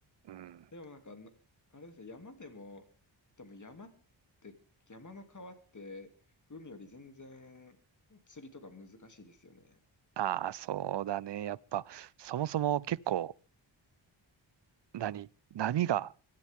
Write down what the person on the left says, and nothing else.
でもなんかな、あれですね、山でも、でも山って、山の川って、海より全然釣りとか難しいですよね。